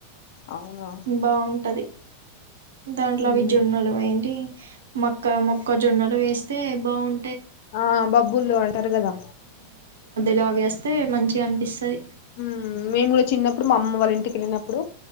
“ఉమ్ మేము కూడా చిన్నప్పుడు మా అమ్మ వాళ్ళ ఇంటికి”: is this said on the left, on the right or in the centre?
Left